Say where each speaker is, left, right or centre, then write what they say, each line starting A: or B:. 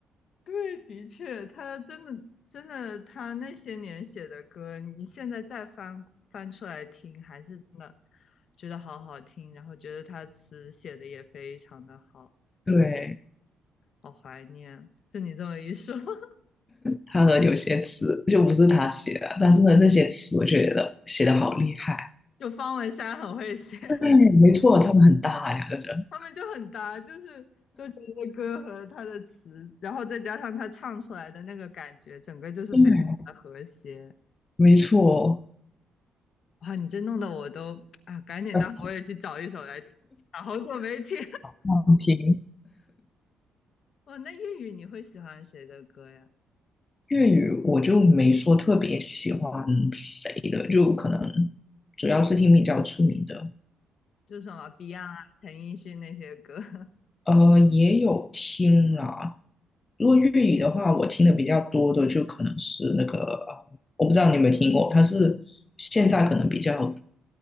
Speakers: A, on the left (about 60°); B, on the left (about 25°).
A: 对，的确，他真的真的，他那些年写的歌，你现在再翻翻出来听，还是真的觉得好好听，然后觉得他词写的也非常的好，
B: 对，
A: 好怀念。就你这么一说，<laughs>
B: 他的有些词就不是他写的，但是呢，那些词我觉得写的好厉害。
A: 就方文山很会写，<laughs>
B: 对，没错，他们很大呀，这是。
A: 他们就很搭，就是周杰伦的歌和他的词，然后再加上他唱出来的那个感觉，整个就是非常的和谐。
B: 对，没错，
A: 哇，你这弄得我都啊，赶紧待会儿我也去找一首来听，
B: <laughs> 要
A: 一下，好久没听。
B: 常听。
A: 哦，那粤语你会喜欢谁的歌呀？
B: 粤语我就没说特别喜欢谁的，就可能主要是听比较出名的，
A: 就什么 Beyond 啊、陈奕迅那些歌。<laughs>
B: 呃，也有听啦。如果粤语的话，我听的比较多的就可能是那个，呃我不知道你有没有听过，他是现在可能比较